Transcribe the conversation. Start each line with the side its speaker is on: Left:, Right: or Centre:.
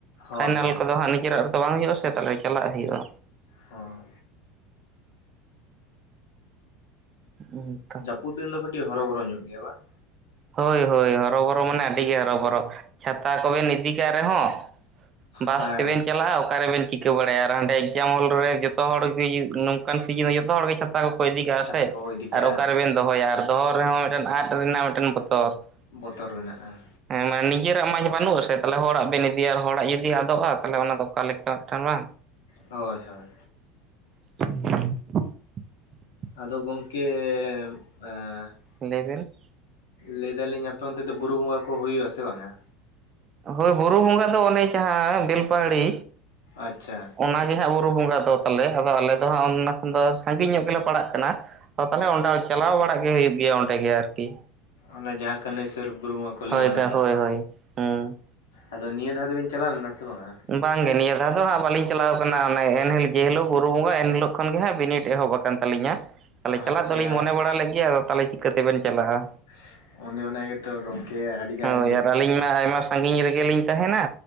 Left: ᱦᱳᱭ
Right: ᱯᱷᱟᱭᱱᱮᱞ
Left: ᱦᱳᱭ
Right: ᱠᱚᱫᱚ ᱦᱟᱸᱜ ᱱᱤᱡᱮᱨᱟᱜ ᱨᱮᱫᱚ ᱵᱟᱝ ᱦᱩᱭᱩᱜᱼᱟᱥᱮ ᱛᱟᱦᱚᱞᱮ ᱪᱟᱞᱟᱜ ᱦᱩᱭᱩᱜᱼᱟ
Left: ᱦᱚᱸ
Right: ᱚᱝᱠᱟ
Left: <unintelligible> ᱫᱚ ᱠᱟᱹᱴᱤᱡ ᱦᱚᱨᱚ ᱵᱚᱨᱚ ᱧᱚᱜ ᱜᱮᱭᱟ ᱵᱟᱝ
Right: ᱦᱳᱭ ᱦᱳᱭ ᱦᱚᱨᱚᱵᱚᱨᱚ ᱢᱟᱱᱮ ᱟᱹᱰᱤ ᱜᱮ ᱦᱚᱨᱚᱵᱚᱨᱚ ᱪᱷᱟᱛᱟ ᱠᱚᱵᱤᱱ ᱱᱤᱫᱤᱠᱟᱜ ᱨᱮ ᱦᱚᱸ ᱵᱟᱥ
Left: ᱦᱮᱸ
Right: ᱛᱮᱵᱤᱱ ᱪᱟᱞᱟᱜᱼᱟ ᱚᱠᱟᱨᱮᱵᱤᱱ ᱪᱤᱠᱟᱹ ᱠᱟᱹ ᱵᱟᱲᱟᱭᱟ ᱟᱨ ᱦᱟᱸᱰᱮ ᱮᱠᱡᱟᱢ ᱦᱚᱞ ᱨᱮ ᱡᱚᱛᱚ ᱦᱚᱲ ᱜᱮ ᱭᱩᱜ ᱱᱚᱝᱠᱟᱱ ᱥᱤᱡᱤᱱ ᱫᱚ ᱡᱚᱛᱚ ᱦᱚᱲ ᱜᱮ ᱪᱷᱟᱛᱼᱼ ᱛᱟ ᱠᱚᱠᱚ ᱤᱫᱤ ᱠᱟᱜ-ᱟ
Left: ᱪᱷᱟᱛᱟ
Right: ᱥᱮ
Left: ᱠᱚ ᱤᱫᱤ
Right: ᱟᱨ
Left: ᱠᱟᱜᱼᱟ
Right: ᱚᱠᱟ ᱨᱮᱵᱮᱱ ᱫᱚᱦᱚᱭᱟ ᱟᱨ ᱫᱚᱦᱚ ᱨᱮᱦᱚᱸ ᱢᱤᱫᱴᱮᱱ ᱟᱫ ᱨᱮᱱᱟᱜ ᱢᱤᱫᱴᱮᱱ ᱵᱚᱛᱚᱨᱼᱼ
Left: ᱵᱚᱛᱚᱨ ᱢᱮᱱᱟᱜᱼᱟ᱾
Right: ᱦᱮᱸ ᱢᱟᱱᱮ ᱱᱤᱡᱮᱨᱟᱜ ᱢᱟᱡᱽ ᱵᱟᱱᱩᱜ-ᱟ ᱥᱮ ᱛᱟᱦᱚᱞᱮ ᱦᱚᱲᱟᱜ ᱵᱮᱱ ᱤᱫᱤᱭᱟ ᱦᱚᱲᱟᱜ ᱡᱩᱫᱤ ᱟᱫᱚᱜ-ᱟ ᱛᱟᱦᱚᱞᱮ ᱚᱱᱟ ᱫᱚ ᱚᱠᱟ ᱞᱮᱠᱟ ᱢᱤᱫᱴᱟᱱ ᱵᱟᱝ᱾
Left: ᱦᱚᱭ ᱦᱚᱭ᱾
Right: <inaudible>
Left: ᱟᱫᱚ ᱜᱚᱝᱠᱮ ᱮᱸᱻ ᱼᱼᱼ
Right: ᱞᱟᱹᱭ ᱵᱮᱱ?
Left: ᱞᱟᱹᱭ ᱫᱟᱞᱤᱧ ᱟᱯᱮ ᱚᱱᱛᱮ ᱫᱚ ᱵᱩᱨᱩ ᱵᱚᱸᱜᱟ ᱠᱚ ᱦᱩᱭᱩᱜ-ᱟ ᱥᱮ ᱵᱟᱝᱟ?
Right: ᱦᱳᱭ ᱵᱩᱨᱩ ᱵᱚᱸᱜᱟ ᱫᱚ ᱚᱱᱮ ᱡᱟᱦᱟᱸ ᱵᱮᱞᱯᱟᱦᱲᱤᱼᱼ
Left: ᱟᱪᱪᱷᱟ᱾
Right: ᱚᱱᱟᱜᱮ ᱦᱟᱸᱜ ᱵᱩᱨᱩ ᱵᱚᱸᱜᱟ ᱫᱚ ᱛᱟᱞᱮ ᱟᱫᱚ ᱟᱞᱮ ᱫᱚ ᱦᱟᱸᱜ ᱚᱱᱟ ᱠᱷᱚᱱ ᱫᱚ ᱥᱟᱺᱜᱤᱧ ᱧᱚᱜ ᱜᱮᱞᱮ ᱯᱟᱲᱟᱜ ᱠᱟᱱᱟ ᱛᱚ ᱛᱟᱦᱚᱞᱮ ᱚᱸᱰᱮ ᱪᱟᱞᱟᱣ ᱵᱟᱲᱟᱜ ᱜᱮ ᱦᱩᱭᱩᱜ ᱜᱮᱭᱟ ᱚᱸᱰᱮ ᱜᱮ ᱟᱨᱠᱤ
Left: ᱚᱱᱮ ᱡᱟᱦᱟᱸ ᱠᱟᱹᱱᱟᱹᱭᱥᱚᱨ ᱵᱩᱨᱩ ᱵᱚᱸᱜᱟ ᱠᱚ ᱞᱟᱹᱭᱟ
Right: ᱦᱳᱭ
Left: ᱚᱱᱟᱴᱟᱜ
Right: ᱦᱳᱭ
Left: ᱛᱚ
Right: ᱦᱳᱭ ᱦᱩᱸ
Left: ᱟᱫᱚ ᱱᱤᱭᱟᱹ ᱫᱷᱟᱣ ᱫᱩᱵᱤᱱ ᱪᱟᱞᱟᱣ ᱞᱮᱱᱟ ᱥᱮ ᱵᱟᱝᱟᱜ?
Right: ᱵᱟᱝ ᱜᱮ ᱱᱤᱭᱟᱹ ᱫᱷᱟᱣ ᱫᱚ ᱦᱟᱸᱜ ᱵᱟᱞᱤᱧ ᱪᱟᱞᱟᱣ ᱟᱠᱟᱱᱟ ᱚᱱᱮ ᱮᱱᱮᱞ‌ ᱡᱮ ᱦᱤᱞᱚᱜ ᱵᱳᱨᱳ ᱵᱚᱸᱜᱟ ᱮᱱ ᱦᱤᱞᱳᱜ ᱠᱷᱚᱱ ᱜᱮ ᱦᱟᱸᱜ ᱵᱤᱱᱤᱰ ᱮᱦᱚᱵ ᱟᱠᱼᱼ ᱠᱟᱱ ᱛᱟᱹᱞᱤᱧᱟ ᱛᱟᱦᱚᱞᱮ ᱪᱟᱞᱟᱜ
Left: ᱟᱪᱪᱷᱟ
Right: ᱫᱚᱞᱤᱧ ᱢᱚᱱᱮ ᱵᱟᱲᱟ ᱞᱮᱜ ᱜᱮᱭᱟ ᱟᱫᱚ ᱛᱟᱦᱮᱞᱮ ᱪᱤᱠᱟᱹ ᱛᱮᱵᱮᱱ ᱪᱟᱞᱟᱜ-ᱟ᱾
Left: <inaudible> ᱜᱮᱛᱚ ᱜᱚᱢᱠᱮ ᱟᱹᱰᱤᱜᱟᱱ
Right: ᱦᱚᱭ ᱟᱨ ᱟᱞᱤᱧ ᱢᱟ ᱟᱭᱢᱟ ᱥᱟᱸᱜᱤᱧ ᱨᱮᱜᱮ ᱞᱤᱧ ᱛᱟᱦᱮᱱᱟ